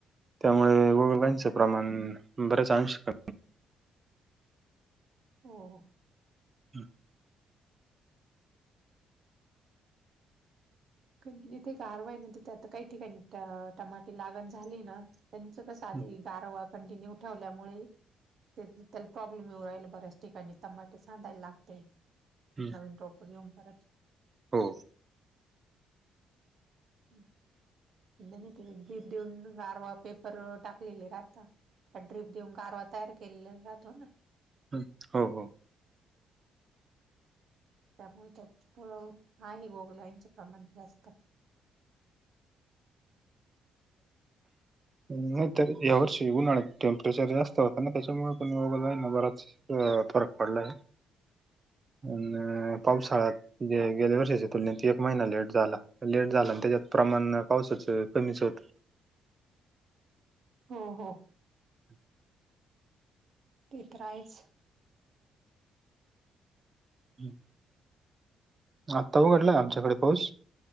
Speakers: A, on the right; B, on the right.
A: त्यामुळे गोगलगाईनचं प्रमाण बरेच अंश क
B: हो हो.
A: हम्म.
B: कारण कि जिथे गारवाय ना तिथे आता काही ठिकाणी टमाटे लागण झाले ना त्याचं कसं
A: हम्म
B: आधी गारवा कंटिन्यू ठेवल्यामुळे ते त्याला प्रॉब्लेम येऊ राहिले बऱ्याच ठिकाणी टमाटे साडायला लागतय.
A: हम्म,
B: नवीन रोप घेऊन परत
A: हो.
B: हम्म. <unintelligible> गारवा पेपर टाकलेलाय आता <unintelligible> कारवा तयार केलेला राहतो ना
A: हम्म हो हो.
B: <unintelligible> प्रमाण जास्त
A: मी तर या वर्षी उन्हाळ्यात टेम्परेचर जास्त होत ना तेच्यामुळे पण गोगलगाईना बराच फरक पडलाय. अन पावसाळ्यात गे गेल्या वर्षाच्या तुलनेत एक महिना लेट झाला पण लेट झाला आणि तेच्यात प्रमाण पाऊसचे कमीच होत.
B: हो हो.
A: हम.
B: ते तर आहेच.
A: हम. आत्ता उघडला आमच्याकडे पाऊस